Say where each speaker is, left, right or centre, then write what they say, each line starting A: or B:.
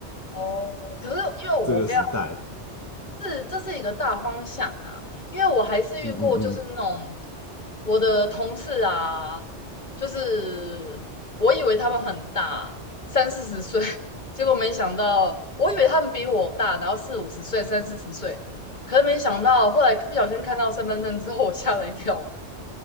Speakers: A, on the left; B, on the left.
A: 哦，可是因为我比要
B: 这个时代。
A: 是这是一个大方向啊，因为我还是遇过就是那种
B: 嗯嗯嗯，
A: 我的同事啊，就是我以为他们很大，三四十岁，<laughs> 结果没想到，我以为他们比我大，然后四五十岁、三四十岁，可是没想到，后来不小心看到身份证之后，我吓了一跳，